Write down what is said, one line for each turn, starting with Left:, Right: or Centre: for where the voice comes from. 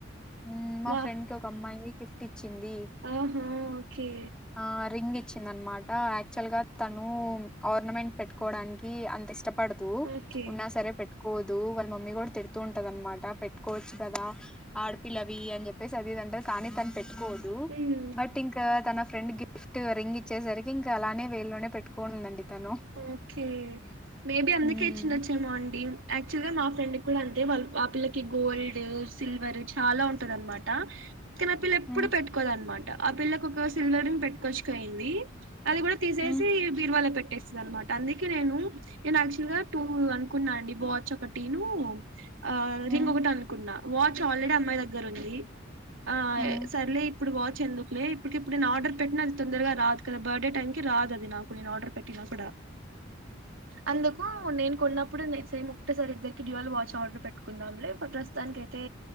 Centre: ఊమ్ మా
Right: వా
Centre: ఫ్రెండ్ కి ఒక అమ్మాయి గిప్ట్ ఇచ్చింది.
Right: ఆహా ఓకే
Centre: ఆ రింగ్ ఇచ్చింది అనమాట యాక్చువల్ గా తను ఓర్నమెంట్ పెట్టుకోవడానికి అంత ఇష్టపడదు.
Right: ఓకే
Centre: ఉన్నా సరే పెట్టు కోదు వాళ్ళ మమ్మీ కూడా తిడుతూ ఉంటది అనమాట పెట్టుకోవచ్చు కదా ఆడపిల్లవి అని చెప్పేసి అది ఇది అంటది. కానీ తాను పెట్టుకోదు
Right: మ్మ్.
Centre: బట్ ఇంకా తన ఫ్రెండ్ గిఫ్ట్ రింగ్ ఇచ్చేసరికి ఇంకా అలానే వేల్లోనే పెట్టుకోనుందండి. తను
Right: ఓకే మేబీ అందుకే
Centre: హ్మ్
Right: ఇచ్చుండచ్చేమో అండి. యాక్చువల్ గా మా ఫ్రెండ్ కు కూడా అంతే వాళ్ ఆ పిల్లకి గోల్డ్, సిల్వర్ చాలా ఉంటదన్నమాట. కానీ ఆ పిల్ల ఎప్పుడు
Centre: హ్మ్
Right: పెట్టుకోదనమాట. ఆ పిల్లకు ఒక సిల్వర్ రింగ్ పెట్టుకొచ్చుకుపోయింది. అది కూడా తీసేసి
Centre: హ్మ్
Right: బీర్వాల పెట్ స్లనమాట అందుకే నేను నేను యాక్చువల్ గా టూ అనుకున్నా అండి. వాచ్ ఒకటీను ఆ
Centre: హ్మ్
Right: రింగ్ ఒకటి అనుకున్నా. వాచ్ ఆల్రెడీ అమ్మాయి దగ్గర ఉంది ఆ
Centre: హ్మ్
Right: సర్లే ఇప్పుడు వాచ్ ఎందుకులే ఇప్పడికి ఇప్పుడు నేను ఆర్డర్ పెట్టిన అది తొందరగా రాదు కద బర్త్డే టైంకి రాదు అది నాకు నేను ఆర్డర్ పెట్టి. టిలప్పుడా. అందుకు నేను కొన్నప్పుడు నేను సేమ్ ఒకటేసారి ఇద్దరికి డ్యూయల్ వాచ్ ఆర్డర్ పెట్టుకుందాంలే ప్రస్తుతానికి. అయితే